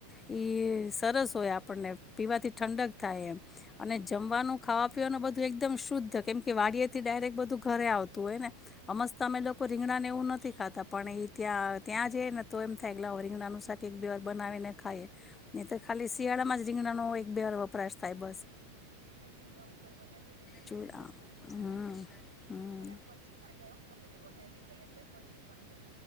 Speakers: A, on the left; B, on the right.
A: એ સરસ. ય આપણને પીવાથી ઠંડક થાય એમ અને જમવાનું ખાવા પીવાનું બધું એકદમ શુદ્ધ કેમ કે વાડીયે થી ડાયરેક્ટ બધું ઘરે આવતું હોય ને અમસ્ત અમે લોકો રીંગણાને એવું નથી ખાતા પણ એ ત્યાં ત્યાં જઈ ને તો એમ થાય રીંગણાનું શાક એક બે વાર બનાવીને ખાઈએ તો ખાલી. શિયાળામાં રીંગણાનો એક બે વપરાશ થાય બસ
B: એમાં ચૂલા ઉપર બનાવીયે ને તો તો
A: ચૂલા
B: બહુ મસ્ત મીઠું
A: હમ
B: લાગે
A: હમ
B: અને પછી પણ જાય ગમે તેલું હેવી ખાઈએ ને તો. પછી પણ જાય.